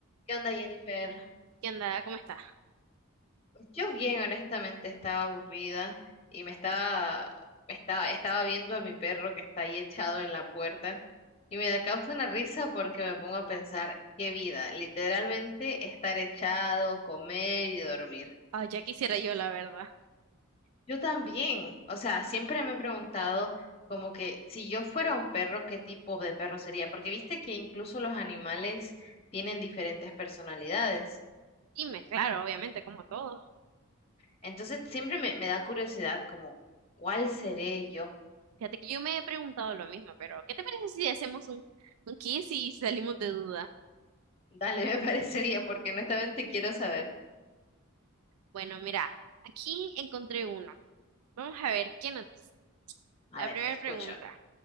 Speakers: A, on the left; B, on the right.
A: ¿Qué onda, Jennifer?
B: ¿Qué onda? ¿Cómo estás?
A: Pues yo bien, honestamente, estaba aburrida y me estaba, me estaba, estaba viendo a mi perro que está ahí echado en la puerta y me da causa una risa porque me pongo a pensar, qué vida, literalmente estar echado, comer y dormir.
B: Ay, ya quisiera yo, la verdad.
A: Yo también, o sea, siempre me he preguntado como que si yo fuera un perro, ¿qué tipo de perro sería? Porque viste que incluso los animales tienen diferentes personalidades.
B: Dime, claro, obviamente, como todos.
A: Entonces siempre me, me da curiosidad como, ¿cuál seré yo?
B: Fíjate que yo me he preguntado lo mismo, pero ¿qué te parece si hacemos un, un quiz y salimos de duda?
A: Dale, me <laughs> parecería, porque honestamente quiero saber.
B: Bueno, mira, aquí encontré uno. Vamos a ver qué nos dice.
A: A
B: La
A: ver,
B: primera
A: te escucho.
B: pregunta.